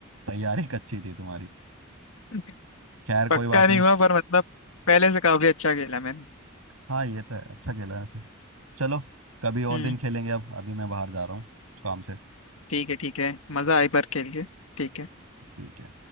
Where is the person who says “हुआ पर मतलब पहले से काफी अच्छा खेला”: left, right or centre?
Left